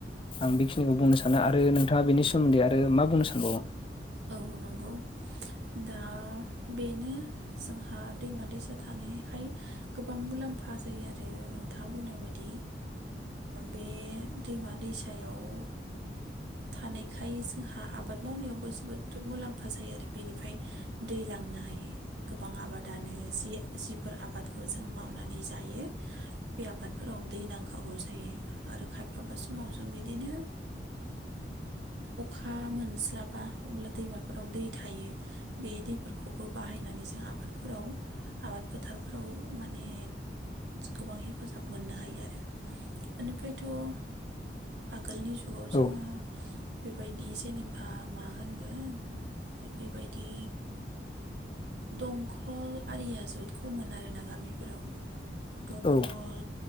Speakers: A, on the left; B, on the right.
A: आं बेखिनिखौ बुंनो सानो आरो नोंथाङा बेनि सोमोन्दै आरो मा बुंनो सानबावो
B: औ नंगौ दा बेनो जों हा दैमा-दैसा थानायखाय गोबां मुलाम्फा फा जायो आरो नोंथाङा बुंनाय बायदि बे दैमा दैसायाव थानायखाय जोंहा आबाद मावनायाव जोबोद मुलाम्फा जायो आरो बेनिफ्राय दै लांनो हायो गोबां आबादानो जि-जिफोर आबादखौ जों मावनानै जायो बे आबादफोराव दै नांखागौ जायो आरो खायफाबा समाव जों बिदिनो अखा मोनस्लाबा अब्ला दैमाफोराव दै थायो बे दैफोरखौबो बाहायनानै जों आबादफोराव आबाद फोथारफोराव माने गोबां हेफाजाब मोननो हायो आरो बेनिफ्रायथ' आगोलनि जुगाव जोङो
A: औ
B: बेबायदि जेनेबा मा‌ होनगोन बेबायदि दंखल आरिया जतखौ मोन आरोना गामिफोराव। दंखल।
A: औ